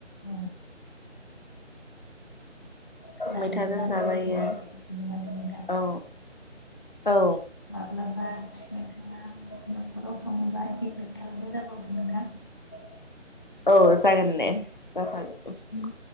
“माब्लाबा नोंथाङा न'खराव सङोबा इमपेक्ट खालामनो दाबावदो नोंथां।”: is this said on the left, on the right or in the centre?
Left